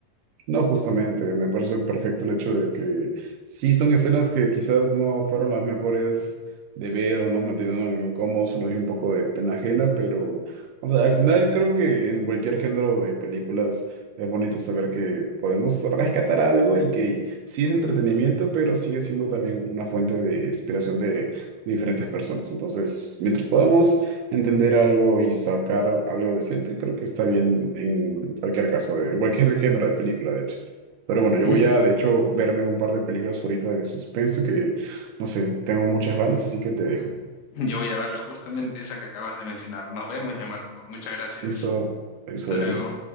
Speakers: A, on the right; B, on the left.
A: no, justamente, me parece perfecto el hecho de que sí son escenas que quizás no fueron las mejores de ver o nos mantuvieron incómodos, o nos dio un poco de pena ajena, pero, o sea, al final creo que en cualquier género de películas es bonito saber que podemos rescatar algo y que sí es entretenimiento, pero sigue siendo también una fuente de inspiración de diferentes personas. Entonces, mientras podamos entender algo y sacar algo decente, creo que está bien en cualquier caso, eh, en cualquier <laughs> género de película, de hecho. Pero bueno, yo
B: <laughs>
A: voy a, de hecho, verme un par de películas ahorita de suspenso que, no sé, tengo muchas ganas, así que te dejo.
B: Yo voy a ver justamente esa que acabas de mencionar. Nos vemos ya, Marco. Muchas gracias.
A: Listo, Adrián.
B: Hasta luego.